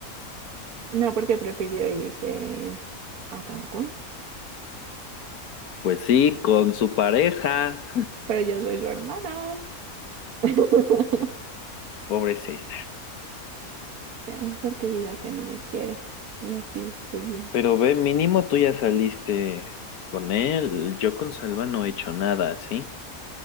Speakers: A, on the right (about 80°); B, on the left (about 80°).
A: No, porque prefirió irse a Cancún.
B: Pues sí, con su pareja,
A: Pero yo soy su hermana. <laughs>
B: pobre César.
A: Ya mejor que diga que no me quiere. Y así estoy bien.
B: Pero ve, mínimo tú ya saliste con él. Yo con Salva no he hecho nada, ¿sí?